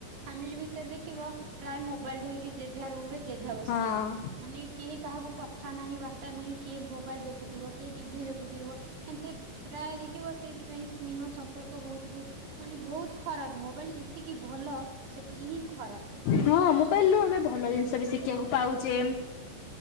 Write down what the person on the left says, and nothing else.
ହଁ
ହଁ ମୋବାଇଲୁ ରୁ ଆମେ ଭଲ ଜିନିଷ ବି ଶିଖିବାକୁ ପାଉଛେ।